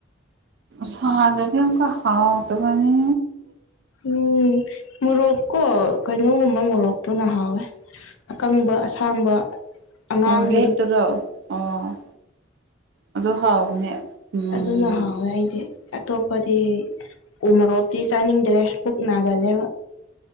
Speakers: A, on the right; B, on the left.
A: ꯁꯥꯗꯔꯗꯤ ꯑꯃꯨ ꯀ ꯍꯥꯎꯥꯎꯗꯕꯅꯤ
B: ꯎꯝ ꯃꯣꯔꯣꯛꯀꯣ ꯀꯩꯅꯣꯒꯨꯝꯕ ꯃꯣꯔꯣꯛꯇꯣꯅ ꯍꯥꯎꯋꯦ ꯑꯀꯪꯕ ꯑꯁꯥꯡꯕ ꯑꯉꯥꯡꯕꯗꯣ
A: ꯑꯣ ꯔꯦꯠꯇꯔꯣ ꯑꯣ ꯑꯗꯨꯣ ꯍꯥꯎꯕꯅꯦ ꯎꯝ
B: ꯑꯗꯨꯅ ꯍꯥꯎꯋꯦ ꯑꯩꯗꯤ ꯑꯇꯣꯞꯄꯗꯤ ꯎꯃꯣꯔꯣꯛꯇꯤ ꯆꯥꯅꯤꯡꯗ꯭ꯔꯦ ꯄꯨꯛ ꯅꯥꯒꯜꯂꯦ